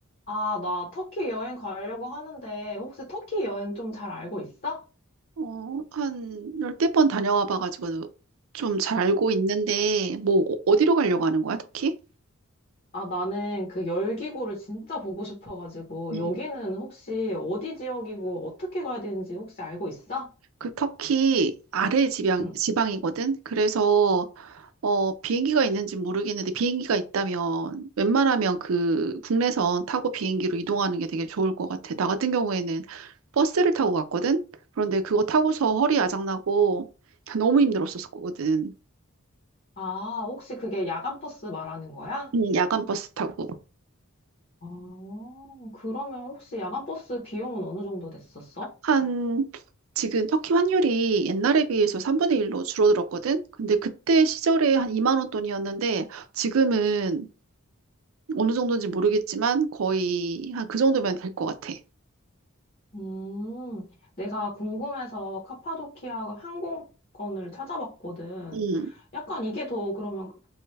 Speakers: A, on the left; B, on the right.
A: 아, 나 터키 여행 가려고 하는데 혹시 터키 여행 좀 잘 알고 있어?
B: 어, 한 열댓 번 다녀와 봐가지고 좀 잘 알고 있는데, 뭐, 어- 어디로 가려고 하는 거야, 터키?
A: 아, 나는 그 열기구를 진짜 보고 싶어가지고
B: 음.
A: 여기는 혹시 어디 지역이고 어떻게 가야 되는지 혹시 알고 있어?
B: 그 터키 아래 지방,
A: 응.
B: 지방이거든? 그래서, 어, 비행기가 있는지 모르겠는데, 비행기가 있다면, 웬만하면 그 국내선 타고 비행기로 이동하는 게 되게 좋을 것 같아. 나 같은 경우에는 버스를 타고 갔거든? 그런데 그거 타고서 허리 아작나고, <laughs> 너무 힘들었었거든.
A: 아, 혹시 그게 야간 버스 말하는 거야?
B: 음, 야간 버스 타고.
A: 아, 그러면 혹시 야간 버스 비용은 어느 정도 됐었어?
B: 한 지금 터키 환율이 옛날에 비해서 3분의 1로 줄어들었거든. 근데 그때 시절에 한 2만 원 돈이었는데 지금은 어느 정도인지 모르겠지만 거의 한 그 정도면 될 것 같아.
A: 음, 내가 궁금해서 카파도키아 항공권을 찾아봤거든.
B: 음,
A: 약간 이게 더 그러면